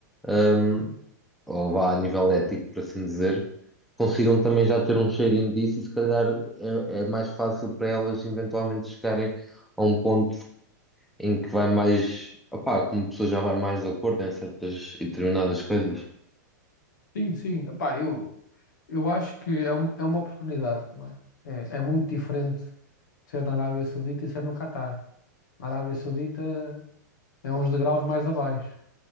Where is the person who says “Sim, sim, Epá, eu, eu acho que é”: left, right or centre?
Left